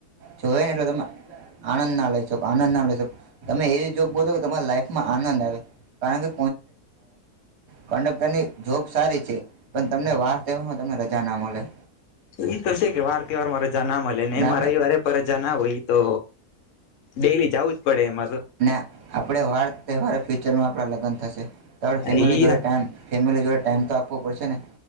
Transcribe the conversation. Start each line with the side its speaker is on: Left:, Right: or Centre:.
Right: જોએ ને એટલે તમે આનંદ ના લઈ શોકો આનંદ ના લઈ શો તમે એવી જોગ બોલોો કે તમારા લાઈફમાં આનંદ આવે કારણ કે કોન્ડક્ટર ની જોબ સારી છે પણ તમને વાર તેહેવામાં તમને રજા ના મળલેે
Left: એઈ તો છે કે વાર ત વાર મારા જ ના મળે ને
Right: અને
Left: એ
Right: આપણે
Left: મારે રવિવારે પર જ ના હોય તો ડેલી જવું જ પડે એમાંરે
Right: અને આપણે વાર તહેવારે ફ્યુચરમાં આપણા લગ્ન થશે તો આપણે ફેમિલી
Left: ઈ
Right: જોડે ટાઈમ ફેમિલી જોડે ટાઈમ તો આપવો પડશે ને